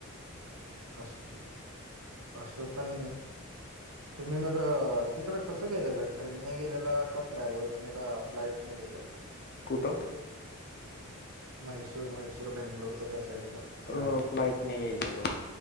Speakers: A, on the right (about 85°); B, on the left (about 45°).
A: असू दे असं पण. तुम्ही मग तिकडं कसं गेलेलं ट्रेनने गेलेला का ट्रॅव्हल्सने का फ्लाइटने गेलेला?
B: कुठं?
A: मैसूर मैसूर बेंगलोरच्या त्या साईडला. फिरायला.
B: अ फ्लाईटने गेले लोक.